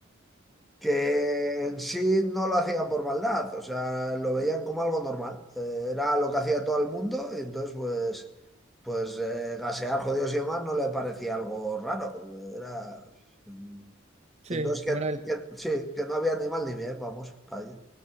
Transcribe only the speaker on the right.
sí,
¿cómo
era él?